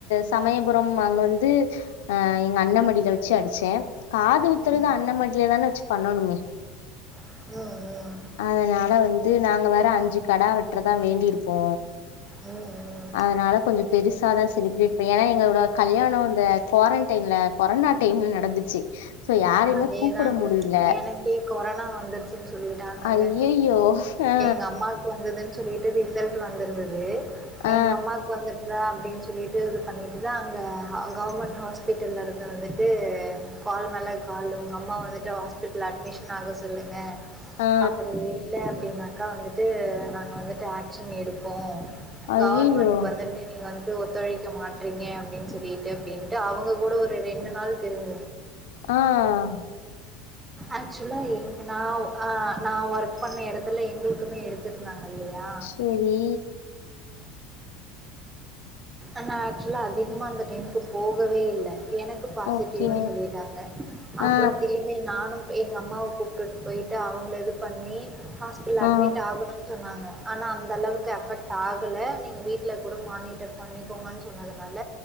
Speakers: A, on the left; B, on the right.
A: சமயபுரம் அங்க வந் ந்து ஆ எங்க அண்ண மடியில வச்சு அடிச்சே காது குத்துறது
B: ம்,
A: அண்ண மடில தான வச்சு பண்ணணுமே
B: ம், ம்.
A: அதனால வந்து ந நாங்க வேற அஞ்சு கடா வெட்டுறதா வேண்டியிருக்கோ
B: ம் ம்
A: அதனால கொஞ்ச பெருசாதா செலிப்ரேட் பண்ண ஏன்னா எங்ககூட கல்யாணொ இந்த கோரன்டைன்ல கொரோனா டைம்ல நடந்துச்சு சோ யாரையுமே
B: அதேதாங்க
A: கூப்புட முடியல
B: எனக்கே கொரனா வந்துருச்சுன்னு சொல்லிட்டாங்கங்க
A: ஐயையோ ஆ
B: எங்க அம்மாக்கு வந்ததுன்னு சொல்லிட்டு ரிசல்ட் வந்திருந்தது
A: ஆ
B: எங்க அம்மாக்கு வந்துட்டுத அப்டின்னு சொல்லிட்டு இது பண்ணிட்டு தா அங்கே கவர்மெண்ட் ஹாஸ்பிட்டல்ல இருந்து வந்துட்டு கால் மேலே கால் உங்க அம்மா வந்துட்டு ஹாஸ்பிட்டலில் அட்மிஷன் ஆக சொல்லுங்க
A: ஆ
B: அப்டி இல்ல அப்டின்னாக்கா வந்துட்டு நாங்க வந்துட்டு ஆக்ஷன் எடுப்போ
A: ஐயையோ
B: கவன்மெண்ட்க்கு வந்துட்டுமே நீங்க வந்து ஒத்துழைக்க மாட்டறீங்க அப்டின்னு சொல்லிட்டு அப்டின்னுட்டு அவங்க கூட ஒரு ரெண்டு நாள் தெரிஞ்
A: ஆஹ்
B: ஆக்சுல என்ன நா ஆ நா வொர்க் பண்ண இடத்துல எங்களுக்குமே எடுத்திருந்தாங்க இல்லையா
A: செரி
B: ஆனா ஆக்சுவலா அதிகமா அந்த டைமுக்கு போகவே வே இல்ல எனக்கு பாசிட்டிவ்னு
A: ஓகே
B: சொல்லிட்டாங்க அப்புறம்
A: ஆ
B: திருமபி நானும் எங்க அம்மாவ கூப்பிட்டுட்டு போயி்ட்டு அவங்கள இது பண்ணி ஹாஸ்பிடல
A: ஆ
B: அட்மிட் ஆகணும்னு சொன்னாங்க ஆனா அந்த அளவுக்கு எஃபெக்ட் ஆகல நீங்க வீட்டுல கூட மானிட்டர் பண்ணிக்கோங்கன்னு சொன்னதுனால